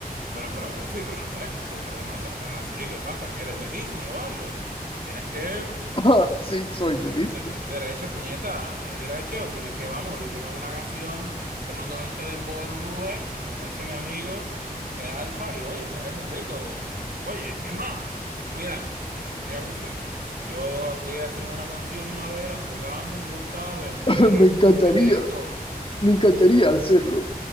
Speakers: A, on the right (about 70°); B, on the left (about 35°).
A: Pero, pero Goofy, pero no te dejes tra- maltratar así. ¿Qué pasa? ¿Que eres de Disney o algo? Tienes que,
B: Ah, sí, soy
A: tienes
B: de Disney.
A: que, tienes derecho, puñeta. Tienes derecho, tienes que, vamos, yo te hago una canción, te mando 20 de dembow en un Uber, como dice mi amigo, el Alfa, y oye, te haces rico. Oye, es más, mira, mira Goofy. Yo aquí hacemos una canción una vez, las pegamos, ya sabes, aquí,
B: <laughs> Me encantaría,
A: rapidito.
B: me encantaría hacerlo.